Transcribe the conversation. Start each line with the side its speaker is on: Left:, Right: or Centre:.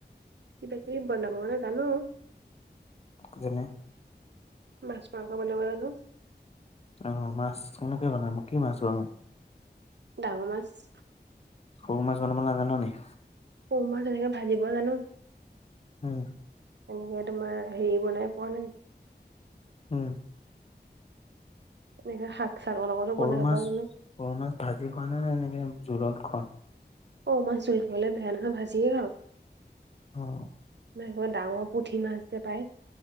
Right: এতিয়া কত বনাবা নহলে জানো বাও
Left: আকো বনাই
Right: মাছ মাংস বনাব জানো।
Left: অ', মাছ কেনেকে বনাম কি মাছ বনোৱা।
Right: ডাঙৰ মাছ।
Left: সৰু মাছ বনাব নাজানা নি
Right: সৰু মাছ তেনেকে ভাজিব জানো।
Left: উম।
Right: এনেকে তোমাৰ হেৰি বনাই পোৱা নাই।
Left: উম।
Right: এনেকে শাক চাকৰ লগতো
Left: সৰু
Right: বনাব
Left: মাছ
Right: জানো
Left: সৰু মাছ ভাজি খুৱোৱা নে এনেকে জোলত খোৱা
Right: সৰু মাছ জোল খাবলে বেয়া নহয় ভাজিয়ে খাও
Left: হুম
Right: মাছ যে ডাঙৰ পুঠি মাছ যে পায়